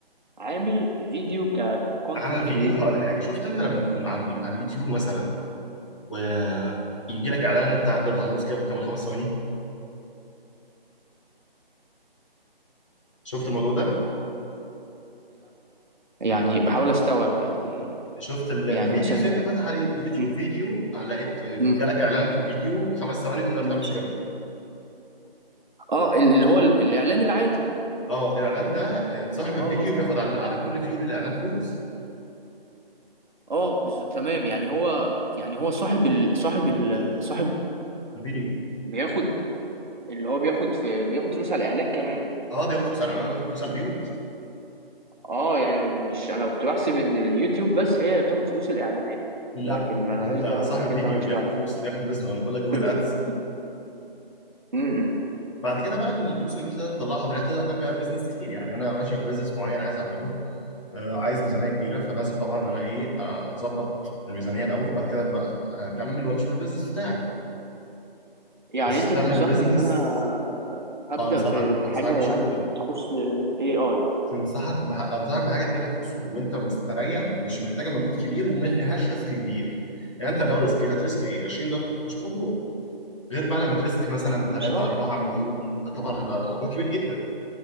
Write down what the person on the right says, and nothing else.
عامل فيديو ككونتنت
كرييتور
يعني بحاول استوعب يعني
يعني
مثلا
مم.
مم.
ماشي
اه ال- اللي هو ال- الاعلان العادي
اه اه فهمت
اه بز... تمام يعني هو يعني هو صاحب ال... صاحب ال... صاحب
بياخد اللي هو بياخد في بياخد فلوس على الاعلان كمان
اه يعني ما بي- مش انا كنت بحسب ان اليوتيوب بس هي اللي بتاخد فلوس الاعلانات لكن
ما لهاش
ده
لكن
انت مالكش
دعوه
<coughs>
امم
يعني
انت
تنصحني
ان انا ابدا
ب- بحاجه
يعني تخص اي اي
مش
اه
مم.